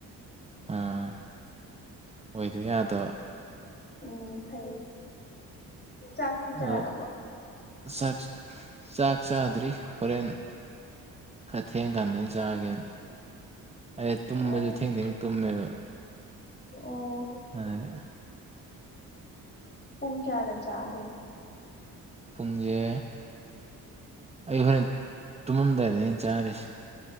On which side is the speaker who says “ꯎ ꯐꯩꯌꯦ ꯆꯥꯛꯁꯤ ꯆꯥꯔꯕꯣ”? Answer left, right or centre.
Left